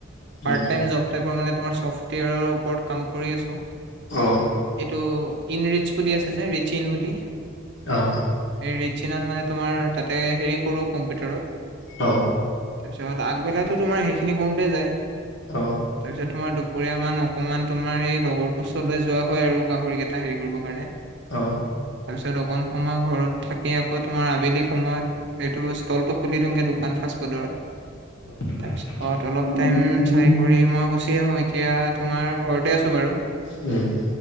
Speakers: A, on the left; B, on the right.
A: উম
B: পাৰ্ট টাইম জব। টাইপৰা মানে তোমাৰ ছফ্টৱেৰ ওপৰত কাম কৰি আছো।
A: অহ।
B: এইটো ইন ৰিটচ বুলি আছে যে ৰিচ ইন বুলি।
A: অহ।
B: এই ৰিটচ ইনত মানে তোমাৰ তাতে হেৰি কৰো কম্পিউটাৰত।
A: অঁ।
B: তাৰপিছত আগবেলাতো তোমাৰ সেইখিনি কৰোঁতে যায়।
A: অঁ।
B: তাৰপিছত তোমাৰ দুপৰীয়া মান অকমান তোমাৰ সেই লগৰটোৰ ওচৰলৈ যোৱা হয় আৰু গাহৰিকেইটা হেৰি কৰিবৰ কাৰণে।
A: অঁ'।
B: তাৰপিছত অকনমান সময় ঘৰত। থাকি আকৌ তোমাৰ আবেলি সময়ত এইটো ষ্টলটো খুলি দিওঁগে দোকান ফাষ্টফুডৰ।
A: <unintelligible>
B: তাৰপিছ ঘৰত অলপ
A: উম
B: টাইম
A: উম
B: চাই কৰি মই গুচি আহো এতিয়া তোমাৰ ঘৰতে আছো বাৰু।
A: উমঁ'।